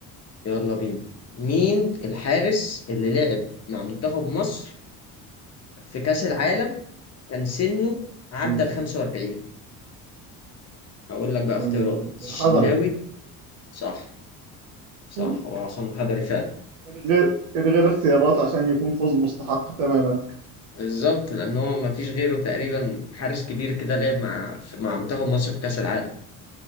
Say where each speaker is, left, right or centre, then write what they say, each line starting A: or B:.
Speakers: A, on the left (about 35°); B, on the right (about 85°).
A: يلا بينا مين الحارس اللي لعب مع منتخب مصر في كأس العالم كان سنه عدى
B: مم.
A: ال 45 هقول لك بقى اختيارات
B: مم.
A: الشناوي
B: الحضري
A: صح صح
B: مم.
A: هو عصام الحضري فعلا
B: من غير من غير اختيارات عشان يكون فوز مستحق تماما
A: بالظبط لأن هو مفيش غيره تقريبا حارس كبير كده لعب مع مع منتخب مصر في كأس العالم